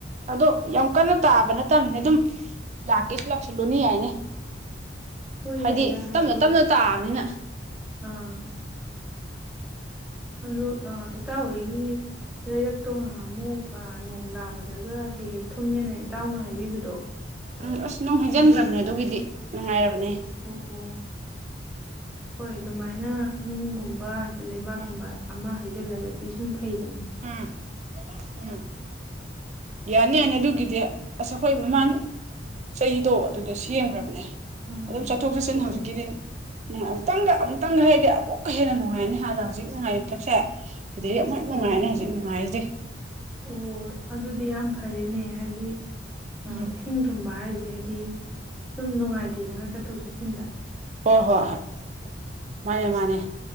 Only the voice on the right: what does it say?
ꯑꯗꯣ ꯌꯥꯝ ꯀꯟꯅ ꯇꯥꯕ ꯅꯠꯇꯕꯅꯤꯅ ꯑꯗꯨꯝ ꯂꯥꯛꯀꯦꯁꯨ ꯂꯥꯛꯁꯜꯂꯨꯅꯤ ꯌꯥꯏꯅꯤ
ꯍꯥꯏꯗꯤ
ꯇꯞꯅ ꯇꯞꯅ ꯇꯥꯕꯅꯤꯅ
ꯎꯝ ꯑꯁ ꯅꯨꯡ ꯍꯩꯖꯤꯟꯒ꯭ꯔꯝꯅꯦ
ꯑꯗꯨꯒꯤꯗꯤ ꯅꯨꯡꯉꯥꯏꯔ ꯕꯅꯦ
ꯎꯝ
ꯎꯝ ꯎꯝ ꯌꯥꯅꯤ ꯑꯗꯨꯒꯤꯗꯤ ꯑꯁ ꯑꯩꯈꯣꯏ ꯃꯃꯥꯡ ꯆꯍꯤꯗꯣ ꯑꯗꯨꯗꯣ ꯁꯦꯝꯈ꯭ꯔꯕꯅꯦ
ꯑꯗꯨꯝ ꯆꯠꯊꯣꯛ ꯆꯠꯁꯤꯟ
ꯍꯧꯖꯤꯛꯀꯤꯗꯤ ꯅꯨꯡꯥꯏ ꯑꯃꯨꯛꯇꯪꯒ ꯑꯃꯨꯛꯇꯪꯒ ꯍꯥꯏꯔꯗꯤ ꯑꯃꯨꯛꯀ ꯍꯦꯟꯅ ꯅꯨꯡꯉꯥꯏꯅꯤ ꯍꯥꯟꯅ ꯍꯧꯖꯤꯛ ꯅꯨꯡꯉꯥꯏꯔꯤ ꯃꯊꯛꯁꯦ ꯑꯗꯩ ꯅꯨꯡꯉꯥꯏꯅꯦ
ꯍꯧꯖꯤꯛ ꯅꯨꯡꯉꯥꯏꯁꯦ
ꯎꯝ
ꯍꯣꯏ ꯍꯣꯏ ꯍꯣꯏ ꯃꯥꯅꯦ ꯃꯥꯅꯦ